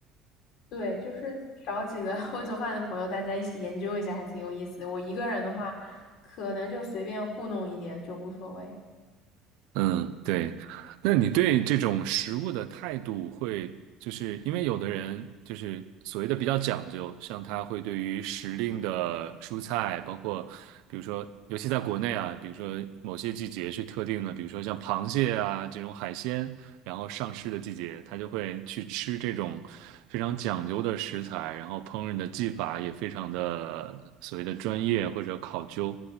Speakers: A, on the left; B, on the right.
A: 对，就是找几个 <laughs> 会做饭的朋友，大家一起研究一下，还挺有意思的。我一个人的话，可能就随便糊弄一点就无所谓。
B: 嗯，对。那你对这种食物的态度会，就是因为有的人就是所谓的比较讲究，像他会对于时令的蔬菜，包括比如说，尤其在国内啊，比如说某些季节是特定的，比如说像螃蟹啊这种海鲜，然后上市的季节，他就会去吃这种非常讲究的食材，然后烹饪的技法也非常的所谓的专业或者考究。